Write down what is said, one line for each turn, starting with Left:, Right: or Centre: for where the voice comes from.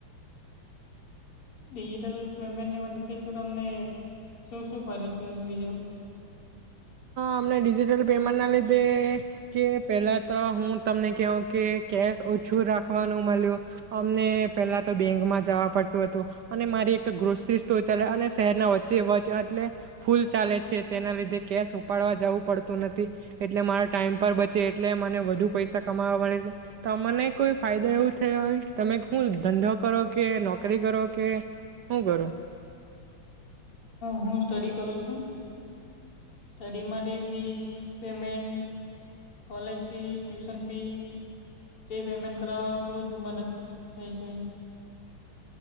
Left: ડિજિટલ પેમેન્ટની મદદથી શું તમને શું શું ફાયદો થયો છે બીજો
Right: અમને ડિજિટલ પેમેન્ટ ના લીધે કે પેલા તો હું તમને કહ કે કેશ ઓછું રાખવાનું મળ્યું અમને પહેલા તો બેંકમાં જવા પડતું હતું અને મારી એક તો ગ્રોસરી સ્ટોર ચાલે અને શહેરના વચ્ચે વચ એટલે ફૂલ ચાલે છે તેના લીધે કેશ ઉપાડવા જવું પડતું નથી એટલે મારા ટાઈમ પર બચે એટલે મને વધુ પૈસા કમાવા મળે છે તો મને કોઈ ફાયદા એવું થયા હોય તમે શું ધંધો કરો કે નોકરી કરો કે શું કરો?
Left: હું સ્ટડી કરું છું સ્ટડી માટે fee payment college fee tuition fee તે પેમેન્ટ કરવામાં ખુબ જ મદદ થઈ છે.